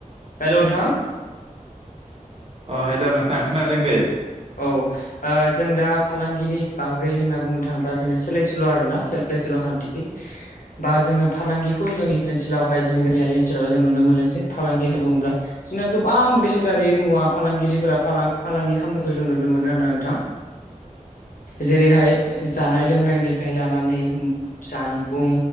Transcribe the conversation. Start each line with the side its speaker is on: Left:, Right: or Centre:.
Left: हेल' नोंथां,
Right: अ हेल' नोंथां खोनादों दे,
Left: औ ओ जों दा फालांगिनि बागै होनना बुंनो थाङोब्ला जोंना सोलायसोल' आरोना सोलायसोल' खान्थि बा जोङो फालांगिखौ जोंनि ओनसोलावहाय जोंनि गामियारि ओनसोलावाय जों नुनो मोनो जे फालांगि होनना बुङोब्ला जोंना गोबां बेसादारि मुवा फालांगिरिफोरा फालांगि खालामनो खौ जों नुनो मोनो आरो नोंथां। जेरैहाय, जानाय लोंनायनिफ्राय लानानै जानबुं